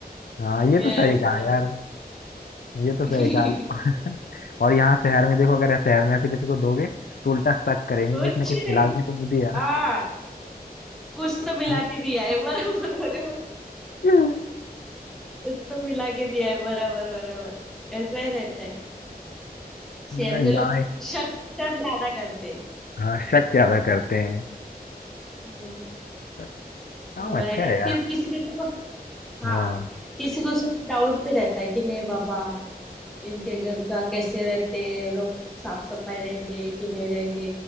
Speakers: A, on the left (about 70°); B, in the centre.
A: हाँ ये तो
B: Yes
A: सही कहा
B: yes
A: यार ये तो
B: <laughs>
A: सही कहा और यहाँ शहर में देखो अगर शहर में ऐसे किसी को दोगे तो उल्टा शक करेंगे
B: कुछ
A: कि इसने कुछ
B: नहीं
A: मिला के तो नहीं दिया
B: हाँ कुछ तो मिला
A: है ना
B: के दिया है बराबर बराबर
A: <laughs>
B: इसको मिला के दिया है बराबर बराबर ऐसा ही रहता है शहर
A: हाँ,
B: के लोग
A: गाय
B: शक शक ज्यादा करते हैं
A: हाँ शक ज्यादा करते हैं
B: हम्म
A: पर काम
B: वह-
A: अच्छा है यार
B: फिर किसी किसी को हाँ
A: हाँ
B: किसी को डाउट पे रहता है कि नहीं बाबा इनके घर का कैसे रहते हैं लोग साफ सफाई रहेंगे कि नहीं रहेंगे